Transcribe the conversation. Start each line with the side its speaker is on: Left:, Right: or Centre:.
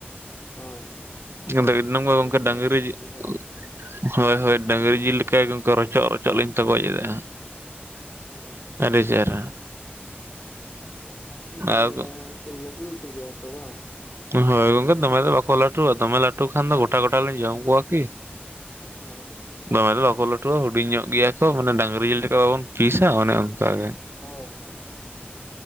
Left: ᱦᱳᱭ ᱦᱳᱭ
Right: <unintelligible>
Left: ᱟᱹᱰᱤ
Right: ᱰᱟᱝᱨᱤ
Left: ᱢᱚᱸᱡᱽ ᱠᱚ ᱥᱤᱵᱤᱞᱟ ᱜᱚᱝᱠᱮ
Right: <unintelligible> ᱦᱳᱭ ᱦᱳᱭ ᱰᱟᱹᱝᱨᱤ ᱡᱤᱞ ᱞᱮᱠᱟ ᱜᱮ, ᱚᱝᱠᱟ ᱨᱚᱪᱚᱜ ᱨᱚᱪᱚᱜ ᱞᱤᱧ ᱛᱚᱜᱚᱡ ᱮᱫᱟ᱾
Left: ᱦᱩᱸ ᱦᱩᱸ᱾
Right: ᱟᱹᱰᱤ ᱪᱮᱦᱨᱟ᱾
Left: ᱜᱚᱢᱠᱮ
Right: ᱟᱨ
Left: ᱛᱟᱦᱚᱞᱮ ᱦᱟᱱᱠᱩ ᱞᱟᱹᱴᱩ ᱞᱟᱹᱴᱩ ᱜᱮᱭᱟ ᱠᱚ ᱵᱟᱝ?
Right: ᱦᱳᱭ ᱜᱚᱝᱠᱮ ᱫᱚᱢᱮ ᱫᱚ ᱵᱟᱠᱚ ᱞᱟᱹᱴᱩᱼᱟ, ᱫᱚᱢᱮ ᱞᱟᱹᱴᱩ ᱠᱷᱟᱱ ᱫᱚ ᱜᱚᱴᱟ ᱜᱚᱴᱟ ᱞᱮᱧ ᱡᱚᱢ ᱠᱚᱣᱟ ᱠᱤ᱾
Left: ᱦᱜ ᱚᱭ᱾
Right: ᱫᱚᱢᱮ ᱫᱚ ᱵᱟᱠᱚ ᱞᱟᱹᱴᱩᱣᱟ ᱦᱩᱰᱤᱧ ᱧᱚᱜ ᱜᱮᱭᱟ ᱠᱚ ᱢᱟᱱᱮ ᱰᱟᱝᱨᱤ ᱡᱤᱞ ᱞᱮᱠᱟᱠᱟ ᱵᱟᱵᱚᱱ ᱯᱤᱥᱟ ᱚᱱᱮ
Left: ᱚ
Right: ᱜᱮ
Left: ᱦᱳᱭ ᱦᱳᱭ